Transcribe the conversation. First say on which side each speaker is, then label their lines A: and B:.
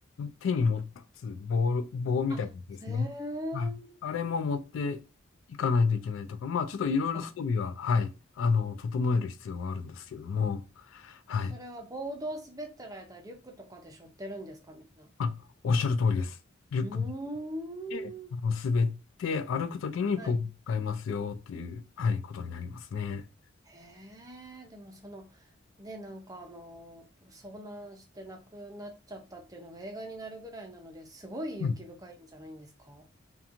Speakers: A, on the left; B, on the right.
A: 手に持つ棒、棒みたいなやつですね。
B: あ、へえ。
A: はいあれも持っていかないといけないとか、まあちょっといろいろ装備は、
B: あ、
A: はい、あの、整える必要はあるんですけれども、はい。
B: それはボードを滑ってる間、リュックとかで背負ってるんですか、みんな。
A: あ、おっしゃる通りです。リュック
B: うーん。
A: であの滑って歩くときにポールを使いますよっていう、
B: はい。
A: はい、ことになりますね。
B: へえ、でもその、ね、なんかあの、遭難して亡くなっちゃったっていうのが映画になるぐらいなので、すごい雪深いんじゃないんですか
A: うん